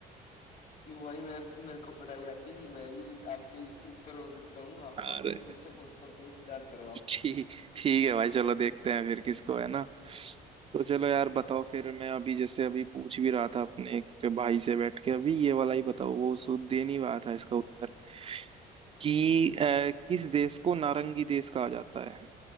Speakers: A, on the left (about 60°); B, on the right (about 35°).
A: क्यों भाई मैं मेरे को पढ़ाई आती नहीं मैं भी आपसे ऊपर हो सकता हूँ आप
B: अरे
A: क्वेश्चन पूछो क्वेश्चन स्टार्ट करो आप
B: ठीक ठीक है भाई चलो देखते हैं फिर किसको है ना तो चलो यार
A: ठीक
B: बताओ
A: है
B: फिर मैं अभी जैसे अभी पूछ भी रहा था अपने एक भाई से बैठ के अभी ये वाला ही बताओ वो सो दे नहीं रहा था इसका उत्तर कि अ, किस देश को नारंगी देश कहा जाता है